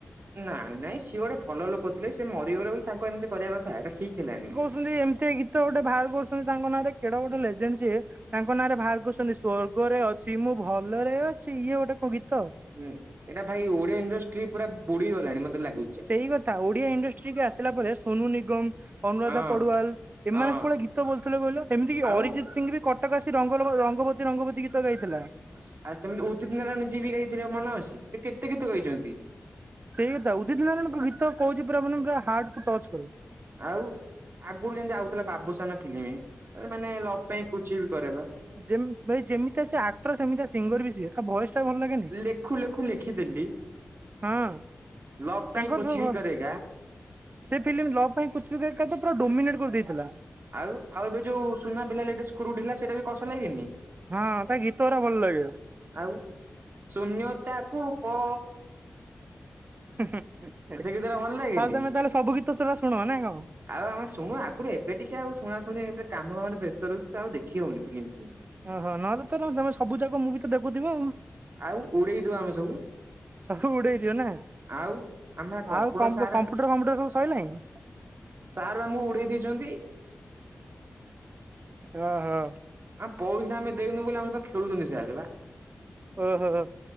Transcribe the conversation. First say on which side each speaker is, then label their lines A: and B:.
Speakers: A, on the right; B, on the right.
A: ନାଇଁ ନାଇଁ ସିଏ ଗୋଟେ ଭଲ ଲୋକ ଥିଲେ ସେ ମରିଗଲେ ବୋଲି ତାଙ୍କୁ ଏମିତି କରିବା କଥା ଏଇଟା ଠିକ୍ ହେଲାନି।
B: ଏମିତିଆ ଗୀତ ଗୋଟେ ବାହାର କରୁଛନ୍ତି ତାଙ୍କ ନାଁରେ କେଡେ ଗୋଟେ ଲେଜେଣ୍ଡ୍ ସିଏ ତାଙ୍କ ନାଁରେ ଭାର କରୁଛନ୍ତି ସ୍ଵର୍ଗରେ ଅଛି ମୁଁ ଭଲରେ ଅଛି ଇଏ ଗୋଟେ କୋଉ ଗୀତ?
A: ଉଁ ଏଇଟା ଭାଇ ଓଡିଆ ଇଣ୍ଡଷ୍ଟ୍ରି ପୁରା ପୁଡିଗଲାଣି ମତେ ଲାଗୁ
B: ସେଇ କଥା ଓଡିଆ ଇଣ୍ଡଷ୍ଟ୍ରିିକି ଆସିଲା ପରେ ସୋନୁ ନିଗମ୍
A: ହଁ।
B: ଅନୁୁରାଧା ପଡୁୱାଲ ଏମାନେ
A: ହଁ
B: କୋଉଭଳିଆ ଗୀତ ବୋଲୁ ଥିଲେ କହିଲ ଏମିତିକି
A: ଆଉ
B: ଅରିଜିତ୍ ସିଂ ବି କଟ୍ କ ଆସି ରଙ୍ଗଲବ ରଙ୍ଗବତୀ ରଙ୍ଗବତୀ ଗୀତ ଗାଇଥିଲା।
A: ଆ ସ ସେମିତି ଉଦିତ୍ ନାରାୟଣ ଯିଏ ବି ଗାଇଥିଲେ ମନେ ଅଛି ସେ କେତେ ଗୀତ ଗାଇଚନ୍ତି।
B: ସେଇ କଥା ଉଦିତ୍ ନାରାୟଣଙ୍କ ଗୀତ କହୁଛି ପୁରା ମାନେ ପୁରା ହାର୍ଟ୍ କୁ ଟଚ୍ କରିବ।
A: ଆଉ ଆଗରୁ ଯେମିତି ଆଉଥିଲା ବାବୁସାନ ଫିଲ୍ମି ମାନେ ଲଭ୍ ପାଇଁ କୁଛ୍ ବି କରେଗା
B: ଯେମ୍ ଭାଇ ଯେମିତିଆ ସିଏ ଆକ୍ଟର ସେମିତିଆ ସିଙ୍ଗର୍ ବି ସିଏ ତା ଭଏସ୍ ଟା ବି ଭଲ ଲାଗେନି
A: ଲେଖୁ ଲେଖୁ ଲେଖିଦେଲି
B: ହଁ
A: ଲଭ୍ ପାଇଁ
B: ତାଙ୍କର
A: କୁଛ୍
B: ସବୁ
A: ବି
B: ଭଲ
A: କରେଗା।
B: ସେ ଫିଲ୍ମ ଲଭ୍ ପାଇଁ କୁଛ୍ ବି ପୁରା ଡୋମିନେଟ୍ କରିଦେଇଥିଲା।
A: ଆଉ ଆଉ ଏବେ ଯୋଉ ସୁନା ପିଲା ହେଲେ ଟିକେ ସ୍କୃ ଢିଲା ସେଇଟା ବି କଷ ଲାଗେନିକି?
B: ହଁ ତା ଗୀତରା ଭଲ ଲାଗେ।
A: ଆଉ ଶୂନ୍ୟତାକୁ ପଅ
B: ହୁଁ ହୁଁ ଆଉ
A: ଗୀତଟା ଭଲ ଲାଗେନି।
B: ତାହେଲେ ତମେ ସବୁ ଗୀତ ସେଡା ଶୁଣ ନା କଣ?
A: ଆଉ ଆମେ ଶୁଣୁ ଆଗରୁ ଏବେ ଟିକେ ଆଉ ଶୁଣା ଶୁଣି ଏ କାମ କ ମାମେ ବ୍ୟସ୍ତ ରୁ ଆଉ ଦେଖି ହଉନି ଫିଲ୍ମ।
B: ଓହୋ ନହଲେ ତ ତମେ ସବୁ ଯାକ ମୁଁ ବି ତ ଦେଖୁଥିବ ଆଉ।
A: ଆଉ ଉଡେଇ ଦିଅ ଆମେ ସବୁ।
B: ସବୁ ଉଡେଇଦିଅ ନା
A: ଆଉ ଆମେ କମ୍ପ୍ୟୁଟର
B: ଆଉ କମ୍ପୁଟର
A: ସାର୍
B: ଫମ୍ପୁଟର ସବୁ ସରିଲାଣିି?
A: ସାର୍ ବା ଆମକୁ ଉଡେଇ ଦେଇଛନ୍ତି।
B: ଓ ହୋ।
A: ଆଁ ପଇସା ଆମେ ଦେଉନୁ ବୋଲି ଆମ ସହିତ ଖେଳୁଛନ୍ତି ସାର ବା।
B: ଓହୋ